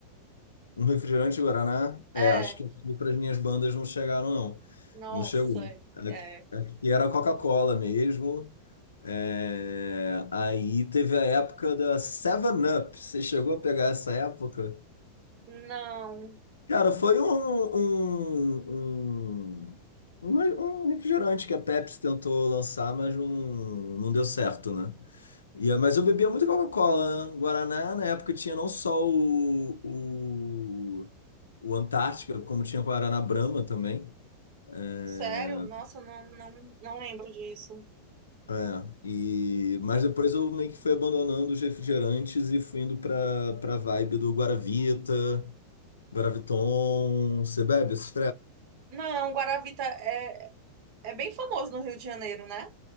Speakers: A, on the left; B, on the right.
A: Um refrigerante Guaraná?
B: É,
A: É, acho que aqui para as minhas bandas não chegaram, não.
B: nossa,
A: Não chegou. Aqui,
B: é.
A: aqui era Coca-Cola mesmo. É, Aí teve a época da Seven Up. Você chegou a pegar essa época?
B: Não,
A: Cara, foi um, um, um, um um refrigerante que a Pepsi tentou lançar, mas não, não deu certo, né? Ia, mas eu bebia muita Coca-Cola, né? Guaraná, na época tinha não só o, o, o Antártica, como tinha Guaraná Brahma também. É,
B: sério? Nossa, não, não, não lembro disso.
A: é, e, mas depois eu meio que fui abandonando os refrigerantes e fui indo pra, pra vibe do Guaravita, Guaraviton. Você bebe esses
B: Não, Guaravita é, é bem famoso no Rio de Janeiro, né?